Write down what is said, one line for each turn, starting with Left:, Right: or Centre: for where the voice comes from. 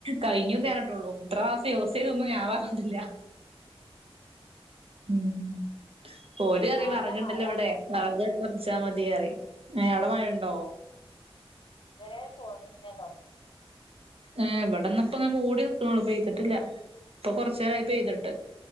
Right: കൈഞ്ഞൂന്നെ അർഞുട്ടുള്ളൂ ത്ര മാസെ യൂസ് ചെയ്തൊന്നും ഞാ പർഞ്ട്ടില്ല - ഉം ഓല് അറിം
Left: നല്ല
Right: വറക്ണ്ടല്ലോ
Left: മഴ
Right: വടെ. വെറക് കത്തിച്ചാമതി അറിം ഏഹ് ഔടെ മയണ്ടോ?
Left: തെരേ ചോർന്നിഞ്ഞാട്ടോ.
Right: ഏഹ് വടെന്നപ്പൊങ്ങ് മൂടി നിക്കണുള്ളു പെയ്ത്ട്ടില്ല പ്പൊ കൊർച്ചേരായി പെയ്ത്ട്ട്.